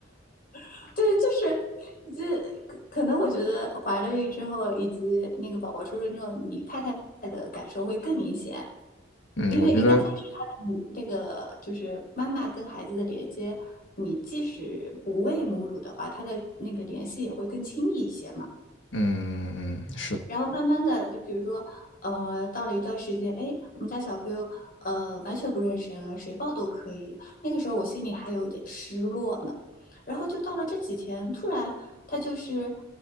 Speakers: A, on the left (about 50°); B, on the left (about 70°).
A: <laughs> 对，就是这可可能我觉得怀了孕之后，以及那个宝宝出生之后，你太太的感受会更明显，
B: 嗯，
A: 因为一刚开始她的母那个就是妈妈跟孩子的连接，
B: 我觉得，
A: 你即使不喂母乳的话，她的那个联系也会更亲密一些嘛。
B: 嗯，是的，
A: 然后慢慢的，就比如说，呃，到了一段时间，哎，我们家小朋友，呃，完全不认识人，谁抱都可以。那个时候我心里还有一点失落呢。然后就到了这几天，突然他就是，